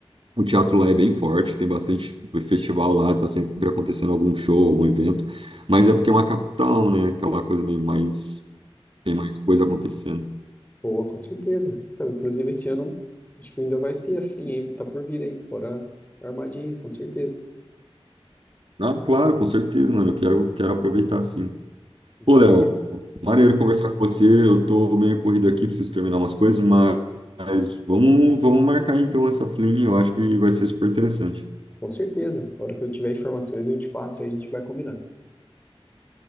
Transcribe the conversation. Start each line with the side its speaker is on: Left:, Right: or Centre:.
Right: O teatro lá é bem forte, tem bastante festival lá, tá sempre acontecendo algum show, algum evento, mas é porque é uma capital, né? Aquela coisa meio mais, tem mais coisa acontecendo.
Left: Pô, com certeza. Então, inclusive esse ano, acho que ainda vai ter a flim aí, tá por vir aí, bora armar de ir, com certeza.
Right: Ah, claro, com certeza, mano, eu quero, quero aproveitar sim.
Left: Ideia.
Right: Pô, Léo, maneiro conversar com você, eu tô meio corrido aqui, preciso terminar umas coisas, mas, mas vamos, vamos marcar então essa flim, eu acho que vai ser super interessante.
Left: Com certeza. A hora que eu tiver informações, eu te passo aí, a gente vai combinar.